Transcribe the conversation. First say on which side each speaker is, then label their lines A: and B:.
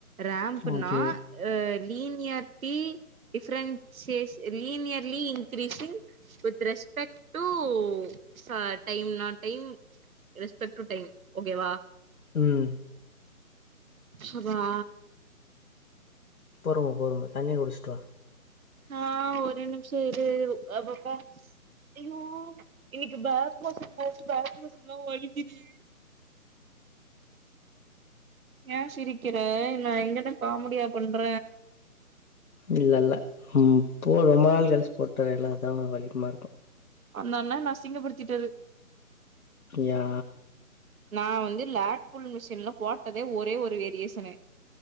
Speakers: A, on the right; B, on the left.
A: ரேம்புனா
B: ஓகே
A: அ linearity differences linearly increasing with respect ச டைம் நா டைம் ரெஸ்பெக்ட் டு டைம் ஓகேவா
B: ம்
A: சபா
B: பொறும பொறும தண்ணிய குடிச்சுட்டு வா
A: ஆ ஒரு நிம்ஷோ இரு அப்பப்பா ஐயோ இன்னைக்கு பேக் மஸூல் போட்டு பேக் மஸூல்லா வலிக்குது ஏன் சிரிக்கிற நா இங்கென்ன காமெடியா பண்ற
B: இல்லல்ல ம் <unintelligible> ரொம்ப நாள் கழிச்சு போட்டு வரேல்ல அதான் வலிகமா இருக்கு
A: அந்த அண்ணா என்ன அசிங்கப்படுத்திட்டாரு
B: யா
A: நா வந்து லேட்புல் மிஷின்ல போட்டதே ஒரே ஒரு வேரியேஷனு